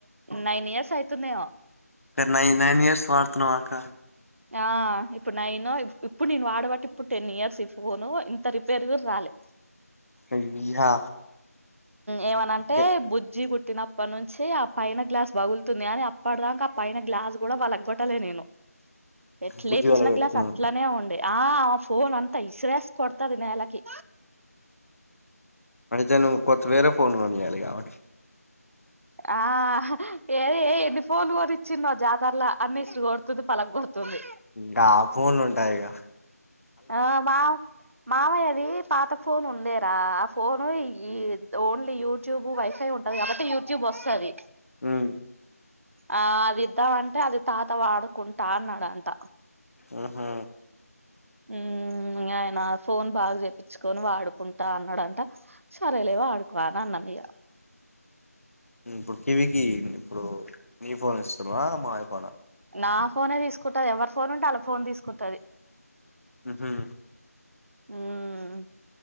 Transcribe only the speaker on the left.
టె నై నైన్ ఇయర్స్ వస్తున్నవ అక్క
అయ్యా
గే
బుజ్జి పగలగొడుతున్నావ్
తే నువ్వు కొత్త వేరే ఫోన్ కొనియాలి ఇగ ఆమెకి
గా ఫోన్లు ఉంటయా ఇగ
ఉమ్
ఆహ
బుక్కివికి ఇప్పుడు నీ ఫోన్ ఇస్తున్నావా మాయా ఫోనా
ఉహు